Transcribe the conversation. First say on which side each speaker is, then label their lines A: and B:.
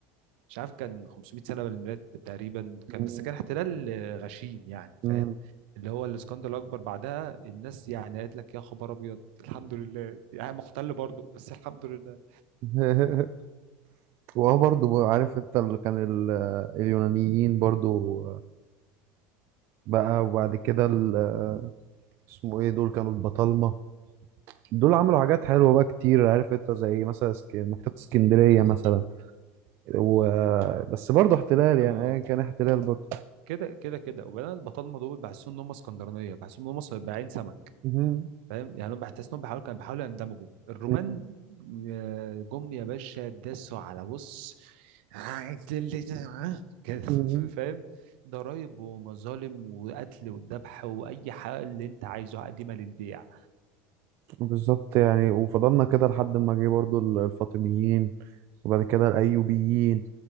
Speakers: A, on the right; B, on the right.
A: مش عارف كان 500 سنه من الميلاد تقريبا
B: مم.
A: كان بس كان احتلال آه، غشيم يعني
B: مم.
A: فاهم اللي هو الاسكندر الاكبر بعدها الناس يعني قالت لك يا خبر ابيض الحمد لله يعني محتل برضه بس الحمد لله
B: <laughs> وهو برضو عارف انت اللي كان ال- آه، اليونانيين برضو بقى وبعد كده ال- آه، اسمه ايه دول كانوا البطالمة دول عملوا حاجات حلوة بقى كتير عارف انت زي مثلا اسك- مكتبة اسكندرية مثلا و... بس برضه احتلال
A: مكتبه
B: يعني
A: آه.
B: ايا كان احتلال برضه
A: كده كده كده وبعدين البطالمه دول بحسهم ان هم اسكندرانيه بحسهم ان هم صباعين سمك
B: مهم.
A: فاهم يعني هم بحس انهم بيحاولوا كانوا بيحاولوا يندمجوا الرومان
B: مهم.
A: آه، جم يا باشا داسوا على بص <laughs> كده
B: مهم.
A: فاهم ضرايب ومظالم وقتل والذبح واي حاجه اللي انت عايزه قديمه للبيع
B: بالظبط يعني وفضلنا كده لحد ما جه برضه ال- الفاطميين وبعد كده الايوبيين